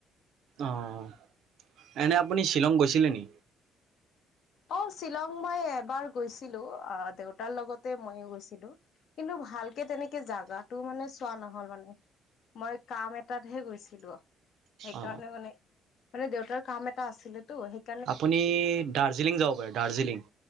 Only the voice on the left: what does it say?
অঁ' শ্বিলং মই এবাৰ গৈছিলো দেউতাৰ লগতে মইও গৈছিলো। কিন্তু, ভালকে তেনেকে জাগাটো মানে চোৱা নহল মানে। মই কাম এটাতহে গৈছিলো। সেইকাৰণে
মানে মানে দেউতাৰ কাম এটা আছিলেতো সেই-